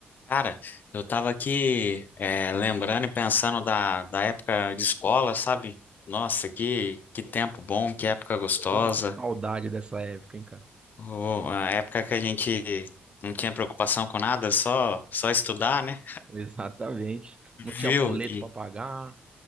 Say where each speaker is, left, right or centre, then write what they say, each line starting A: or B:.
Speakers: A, on the left; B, on the right.
A: Cara, eu tava aqui eh, lembrando e pensando da, da época de escola, sabe? Nossa, que, que tempo bom, que época gostosa.
B: Pô, que saudade dessa época, hein, cara?
A: Oh, a época que a gente não tinha preocupação com nada, só, só estudar, né?
B: <laughs> Exatamente. Não tinha
A: Viu?
B: boleto
A: E,
B: pra pagar.